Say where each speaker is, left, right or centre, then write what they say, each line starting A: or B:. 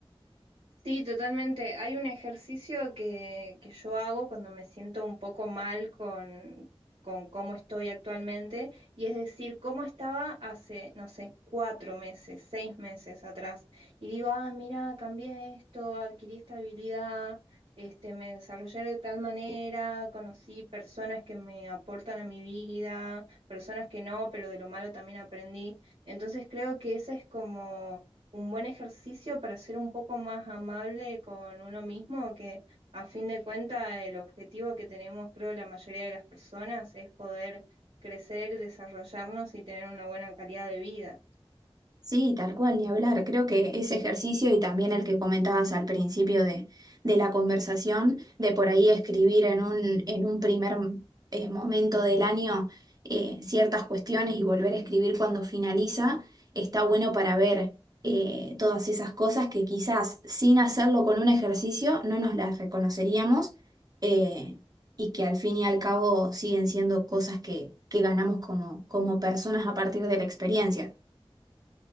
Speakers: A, on the right (about 85°); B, on the right (about 40°).
A: Sí, totalmente. Hay un ejercicio que, que yo hago cuando me siento un poco mal con, con cómo estoy actualmente, y es decir, cómo estaba hace, no sé, cuatro meses, seis meses atrás. Y digo, ah, mira, cambié esto, adquirí esta habilidad, este, me desarrollé de tal manera, conocí personas que me aportan a mi vida, personas que no, pero de lo malo también aprendí. Entonces creo que esa es como un buen ejercicio para ser un poco más amable con uno mismo, que a fin de cuentas el objetivo que tenemos, creo, la mayoría de las personas es poder crecer, desarrollarnos y tener una buena calidad de vida.
B: Sí, tal cual, ni hablar. Creo que ese ejercicio y también el que comentabas al principio de, de la conversación, de por ahí escribir en un, en un primer eh, momento del año eh, ciertas cuestiones y volver a escribir cuando finaliza, está bueno para ver eh, todas esas cosas que quizás sin hacerlo con un ejercicio no nos las reconoceríamos eh, y que al fin y al cabo siguen siendo cosas que, que ganamos como, como personas a partir de la experiencia.